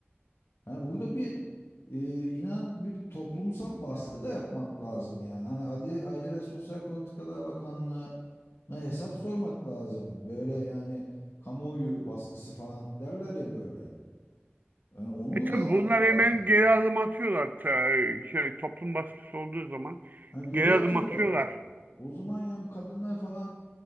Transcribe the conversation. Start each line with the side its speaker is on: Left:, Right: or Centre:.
Left: Yani burada bir e, inan bir toplumsal baskı da yapmak lazım yani. Hani Aile, Aile ve Sosyal Politikalar Bakanlığı'na hesap sormak lazım. Böyle yani kamuoyu baskısı falan derler ya böyle. Yani onu uygulamak
Right: E tabii bunlar
Left: lazım.
Right: hemen geri adım atıyorlar. Ta- Şey, toplum baskısı olduğu zaman
Left: Yani geri
Right: geri
Left: atıyorlar.
Right: adım atıyorlar.
Left: O zaman ya bu kadınlar falan